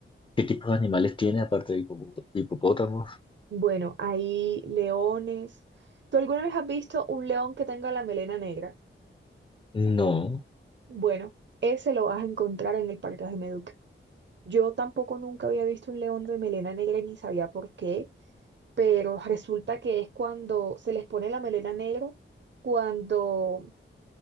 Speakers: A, on the left; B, on the right.
A: ¿qué tipos de animales tiene aparte de hipo- hipopótamos?
B: bueno, hay leones. ¿Tú alguna vez has visto un león que tenga la melena negra?
A: No,
B: Bueno, ese lo vas a encontrar en el Parque Ajemeduc. Yo tampoco nunca había visto un león de melena negra y ni sabía por qué, pero resulta que es cuando se les pone la melena negra, cuando,